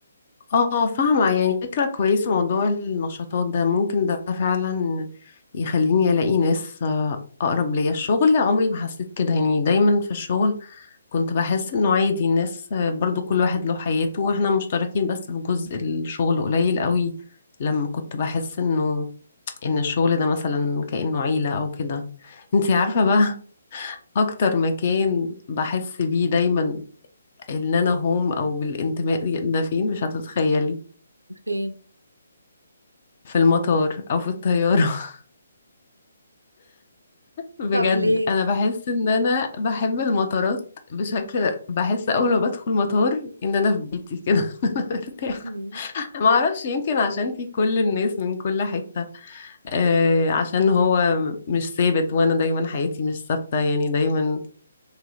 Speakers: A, on the left; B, on the right.
A: اه فاهمة يعني فكرة كويسة موضوع النشاطات ده ممكن ده فعلا يخليني ألاقي ناس آه، أقرب ليا الشغل عمري ما حسيت كده يعني دايما في الشغل كنت بحس إنه عادي الناس آه، برضو كل واحد له حياته وإحنا مشتركين بس في جزء الشغل قليل قوي لما كنت بحس إنه ان الشغل ده مثلا كأنه عيلة او كده انتي عارفة بقى <laughs> اكتر مكان بحس بيه دايما ان انا هوم او بالانتماء ده فين مش هتتخيلي
B: فين
A: في المطار او في الطيارة <laughs> بجد
B: طب ليه؟
A: انا بحس ان انا بحب المطارات بشكل بحس اول ما بدخل مطار ان انا في بيتي كده <laughs> أنا مرتاحة
B: مم.
A: ما اعرفش يمكن عشان في كل الناس من كل حتة آه عشان هو مش ثابت وانا دايما حياتي مش ثابتة يعني دايما